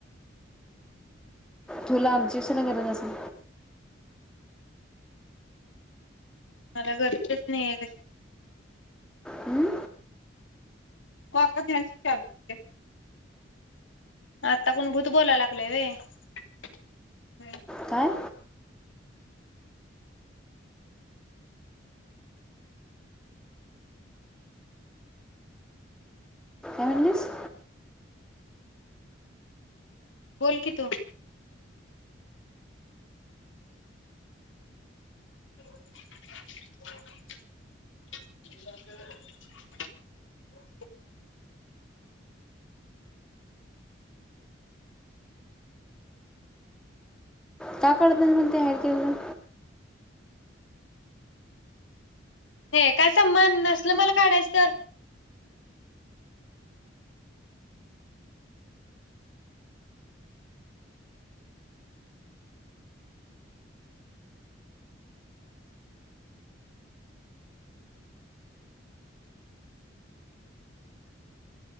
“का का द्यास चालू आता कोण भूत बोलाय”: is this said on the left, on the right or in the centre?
Left